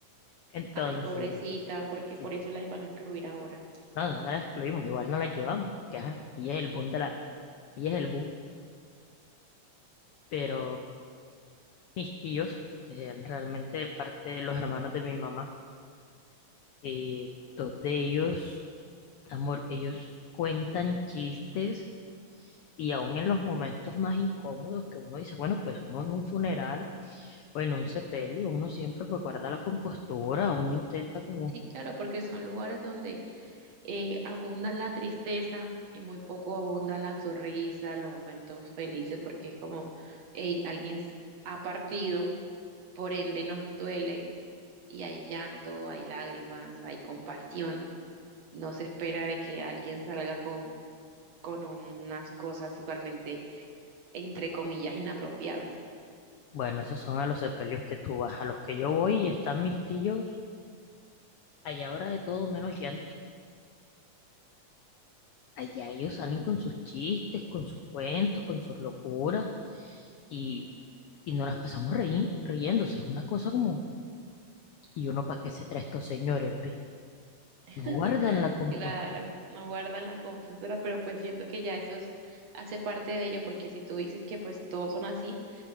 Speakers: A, on the left; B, on the right.
A: Entonces,
B: Ay, pobrecita,
A: sí,
B: porque
A: sí.
B: por eso las van a incluir ahora.
A: no, no, no la excluimos, igual no la llevamos, porque ajá, ella es el boom de la, ella es el boom. Pero mis tíos, eh, realmente de parte de los hermanos de mi mamá, eh, dos de ellos, amor, ellos cuentan chistes y aún en los momentos más incómodos que uno dice, bueno, pues uno en un funeral Bueno, un sepelio, uno siempre pues guarda la compostura, uno intenta como,
B: Sí, claro, porque son lugares donde eh, abunda la tristeza y muy poco abunda la sonrisa, los momentos felices, porque es como, hey, alguien s- ha partido Por ende, nos duele y hay llanto, hay lágrimas, hay compasión. No se espera de que alguien salga con, con unas cosas totalmente, entre comillas, inapropiadas.
A: bueno, esos son a los sepelios que tú vas, a los que yo voy y están mis tíos, allá ahora de todo menos llanto. Allá ellos salen con sus chistes, con sus cuentos, con sus locuras y, y nos las pasamos reí- riéndose, es una cosa como, ¿y uno para qué se trae estos señores, ve?
B: <laughs>
A: No guardan la compostura.
B: Claro, no guardan la confesora, pero pues siento que ya eso es- hace parte de ello, porque si tú dices que pues todos son así,